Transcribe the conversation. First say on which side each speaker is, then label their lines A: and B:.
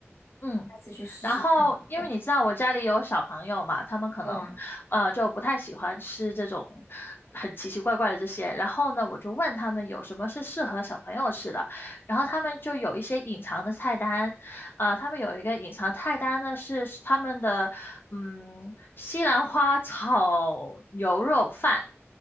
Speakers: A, on the left; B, on the left.
A: 嗯，
B: 下次去试试看好了。
A: 然后因为你知道我家里有小朋友嘛，他们可能呃就不太喜欢吃这种很奇奇怪怪的这些。
B: 对呀，
A: 然后呢，我就问他们有什么是适合小朋友吃的，然后他们就有一些隐藏的菜单，呃，他们有一个隐藏菜单呢是是他们的嗯西兰花炒牛肉饭。